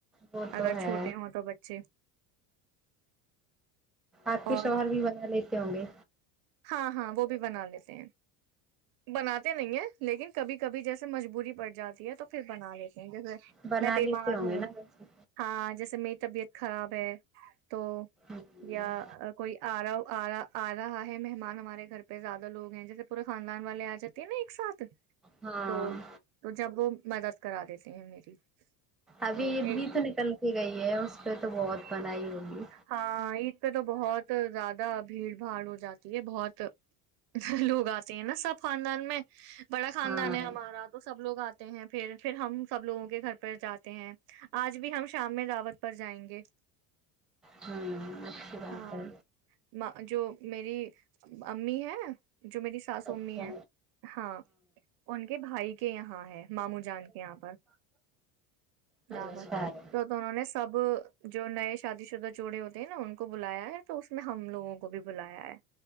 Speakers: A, in the centre; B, on the right.
A: وہ تو
B: اگر
A: ہے
B: چھوٹے ہوں تو بچے
A: آپ کے
B: اور
A: شوہر بھی بنا لیتے ہوں گے
B: ہاں ہاں وہ بھی بنا لیتے ہیں بناتے نہیں ہیں لیکن کبھی کبھی جیسے مجبوری پڑ جاتی ہے تو پھر بنا لیتے جیسے
A: بنا
B: میں بیمار
A: لیتے
B: ہوں
A: گے نا ویسے
B: ہاں جیسے میری طبیعت خراب ہے تو
A: اچھا
B: یا کوئی آ رہا آ رہ آ رہا ہے مہمان ہمارے گھر پہ زیادہ لوگ ہیں جیسے پورے خاندان والے آ جاتے تھ نا ایک ساتھ
A: ہاں
B: تو تو جب وہ مدد کرا دیتے ہیں میری
A: ابھی
B: تو
A: عید
B: ایک
A: بھی تو نکل کے گئی ہے اس پہ تو بہت بنائی ہوگی
B: ہاں عید پہ تو بہت زیادہ بھیڑ بھاڑ ہو جاتی یہ بہت لوگ آتے ہیں نا سب خاندان میں بڑا خاندان
A: ہاں
B: ہے ہمارا تو سب لوگ آتے پھر پھر ہم سب لوگوں کے گھر پہ جاتے ہیں آج بھی ہم شام میں رعوت پر جائیں گے
A: ہمم مکسی بات
B: ہاں
A: پ ہے
B: جو میری امی ہے جو میری ساس امی
A: اچھا
B: ہے ہاں ان کے بھائی کے یہاں ہے ماموں جان کے یہاں پر دعوت
A: اچھا ہے
B: تو تو انہوں نے سب جو نئے شادی شدہ جوڑے ہوتے ہیں نا ان کو بلایا ہے تو اس میں ہم لوگوں کو بھی بلایا ہے